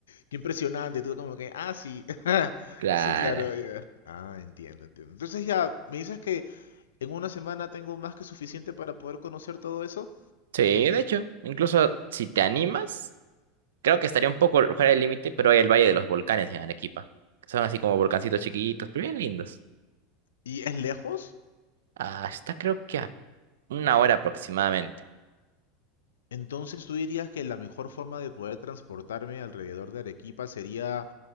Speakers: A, on the left; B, on the right.
A: Qué impresionante, tú como que, ah, sí, <laughs>
B: claro.
A: sí, claro, ya. Ah, entiendo, entiendo. Entonces ya, ¿me dices que en una semana tengo más que suficiente para poder conocer todo eso?
B: Sí, de hecho, incluso si te animas. Creo que estaría un poco fuera del límite, pero hay el Valle de los Volcanes en Arequipa. que Son así como volcancitos chiquitos, pero bien lindos.
A: ¿Y es lejos?
B: Ah, está creo que a una hora aproximadamente.
A: Entonces tú dirías que la mejor forma de poder transportarme alrededor de Arequipa sería